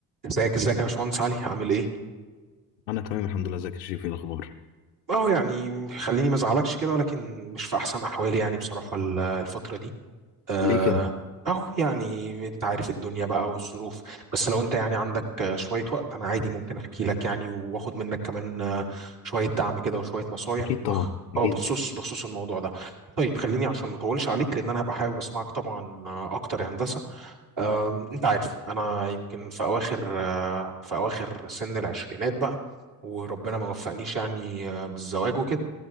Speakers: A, on the right; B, on the left.
A: ازيك ازيك يا باشمهندس علي عامل ايه؟
B: انا تمام الحمد لله ازيك يا شريف ايه الاخبار
A: اه يعني خليني ما ازعلكش كده ولكن مش في احسن احوالي يعني بصراحه ال- الفتره دي آه،
B: ليه كده
A: أهو يعني أنت عارف الدنيا بقى والظروف بس لو أنت يعني عندك آه، شوية وقت أنا عادي ممكن أحكي لك يعني وآخد منك كمان آه، شوية دعم كده وشوية نصايح
B: اكيد طبعا
A: بخ... أه
B: اكيد
A: بخصوص بخصوص الموضوع ده طيب خليني عشان ما أطولش عليك لأن أنا هبقى حابب أسمعك طبعا آه، أكتر يا هندسة أم، انت عارف انا يمكن في اواخر آه، في اواخر سن العشرينات بقى وربنا ما وفقنيش يعني آه، بالزواج وكده